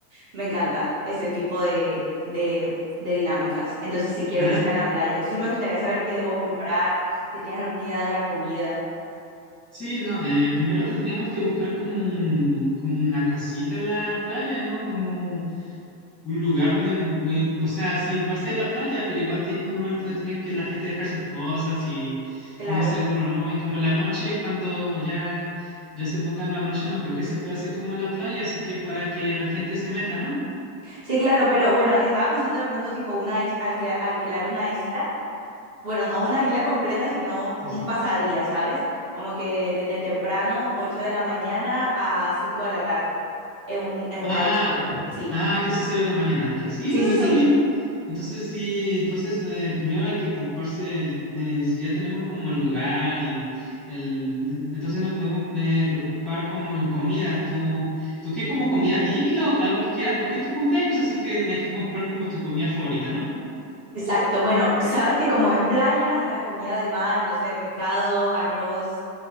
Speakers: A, on the right; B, in the centre.
A: me encanta ese tipo de, de, de dinámicas. Entonces, si sí quiero
B: Ah,
A: que sea en la playa, entonces me gustaría saber qué debo comprar, si tienes alguna idea de la comida.
B: sí, no, eh, primero tendríamos que buscar como, un lu- como una casita en la playa, ¿no? Como un lugar donde, me- o sea, sí, va a ser la playa, pero igual hay como un lugar donde tienen que la gente dejar sus cosas y
A: Claro,
B: como seguro, ¿no? Y como en la noche, cuando ya, ya se pongan las noches, no creo que se pueda hacer como en la playa, así que para que la gente se meta, ¿no?
A: sí, claro, pero bueno, estaba pensando de pronto tipo una is alquil alquilar una isla, bueno, no una isla completa, sino
B: Es-
A: un pasadía, ¿sabes? Como que desde temprano, 8 de la mañana a 5 de la tarde, en, un, en una
B: Ah,
A: isla. Sí,
B: Ah, ¿qué es hacer en la mañana? Que sí,
A: sí,
B: no,
A: sí,
B: está
A: sí.
B: bien. Entonces, sí, entonces eh, primero hay que preocuparse eh, si ya tenemos como el lugar y el... de- Entonces nos podemos eh, preocupar como en comida. ¿Tú, tú qué como comida típica o algo que quieras? Porque es tu cumpleaños, así que hay que comprar como tu comida favorita, ¿no?
A: Exacto, bueno, sabes que como es playa, sabes comida de mar, no sé, pescado, arroz,